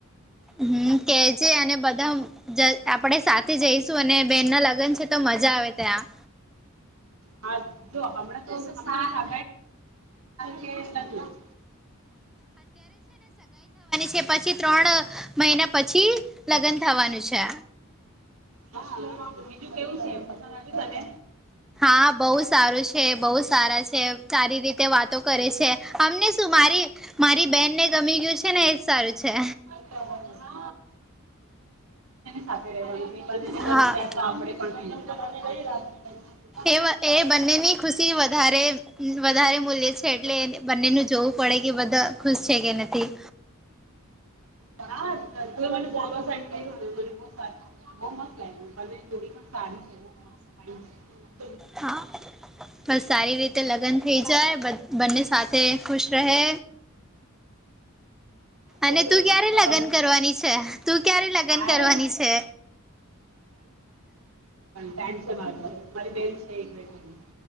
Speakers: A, in the centre; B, on the right (about 80°).
A: હમ કેજે અને બધા જલ્દી બધા આપડે સાથ થી જઈશું અને બેન ના લગ્ન છે તો મજા આવે ત્યાં
B: હા જો હમણાં તોવા કે લગ <unintelligible>
A: કે પછી ત્રણ મહિના પછી લગન થવાનું છે.
B: હા બીજું કેવું છે પસંદ આવ્યું તને
A: હા બહુ સારું છે બહુ સારા છે સારી રીતે વાતો કરે છે અમને શું મારી મારી બેનને ગમી ગયું છે ને એજ સારું છે.
B: ચ <unintelligible> આપે
A: હા
B: <unintelligible>
A: એ એ બંનેની ખુશી વધારે વધારે મૂલ્ય છે એટલે બંનેનું જોવું પડે કે બધા ખુશ. છે કે નથી
B: હ તું મને ફોલો કરજે મને બઉ સારું લાગ્યું બઉ મસ્ત લાગ્યું બંને ની જોડી પણ સારી છે. <unintelligible>
A: હા બસ સારી રીતે લગન થઇ જાય બધ બંને સાથે ખુશ રહે.
B: તો
A: અને
B: તમે
A: તું ક્યારે લગન કરવાની છે? તું ક્યારે લગન
B: અરે
A: કરવાની છે?
B: ટાઇમ છે મારૂ મારી બેન છે એક વચ્ચેની